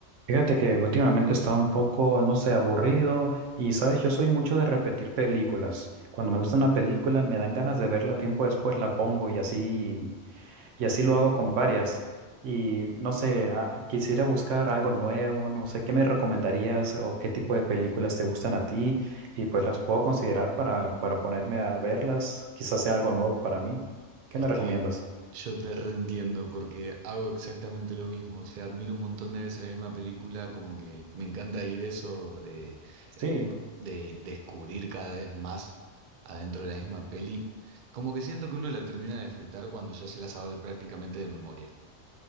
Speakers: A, on the right (about 80°); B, on the right (about 55°).
A: Fíjate que últimamente he estado un poco, no sé, aburrido y, sabes, yo soy mucho de repetir películas. Cuando me gusta una película, me dan ganas de verla tiempo después, la pongo y así, y así lo hago con varias. Y no sé, ah, quisiera buscar algo nuevo, no sé, ¿qué me recomendarías o qué tipo de películas te gustan a ti? Y pues las puedo considerar para, para ponerme a verlas. Quizás sea algo nuevo para mí. ¿Qué
B: Es
A: me
B: que
A: recomiendas?
B: yo te reentiendo porque hago exactamente lo mismo. O sea, miro un montón de veces la misma película, como que me encanta ir eso de,
A: Sí,
B: de descubrir cada vez más adentro de la misma peli. Como que siento que uno la termina de disfrutar cuando ya se la sabe prácticamente de memoria.